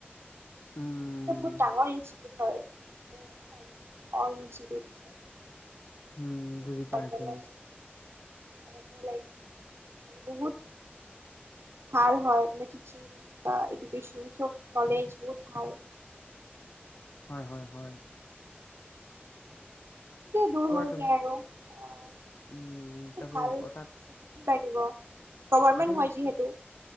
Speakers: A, on the left (about 75°); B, on the right (about 85°).
A: উম
B: অসেইখন বহুত ডাঙৰ ইনষ্টিউট হয় ত' চাইন্সয় ইনষ্টিউটচ আছে।
A: উম
B: চব
A: বুজি
B: ডিপাৰ্টমেণ্ট
A: পাইছো
B: আছে আৰুতে লাইক আৰু বহুত ভাল হয় মানে টিচিং বা এডুকচন চব নলেজ বহুত ভাল।
A: হয়-হয়-হয়
B: <unintelligible> দূৰ হৈ
A: তুমি
B: যায় আৰু অহ,
A: উম
B: এ
A: তাকো
B: ভাল
A: তাত
B: চিটো লাগিব গভৰমেন্ট
A: তাতে
B: হয় যিহেতু।